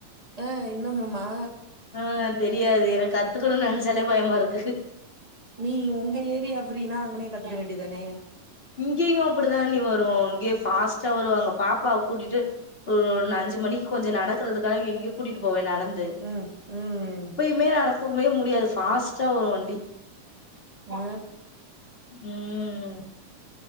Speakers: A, on the right; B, on the left.
A: ஆ இன்னும்மம்மா
B: ஆ தெரியாது எனக் கத்துக்கணுன் நெனச்சாலே பயமா இருக்கு
A: நீ உங்க ஏரிய ஃப்ரின்னா அங்கனே கத்துக்க வேண்டிதானே
B: இங்கியு அப்படிதா அண்ணி வரு இங்கேயு ஃபாஸ்ட்டா வருவாங்க பாப்பாவ கூட்டிட்டு ம் அஞ்சு மணிக்கு கொஞ்ச நடக்கறதுக்காக எங்கேயோ கூட்டிட்டு போவே நடந்
A: ம் ம்
B: மே நடக்கவே முடியாது ஃபாஸ்ட்டா வரும் வண்டி
A: ஆ
B: ஆ